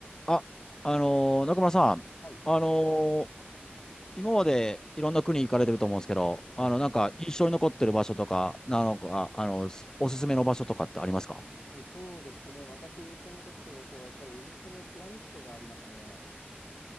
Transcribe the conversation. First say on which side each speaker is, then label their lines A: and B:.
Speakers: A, on the left; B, on the left.
A: あ、あのー中村さん、
B: はい。
A: あのー今までいろんな国行かれてると思うんですけど、
B: はい。
A: あの、なんか印象に残ってる場所とか、なのか、あの、すおすすめの場所とかってありますか
B: はい、そうですね。私印象に残ってる場所は、やっぱりエジプトのピラミッドがありますね。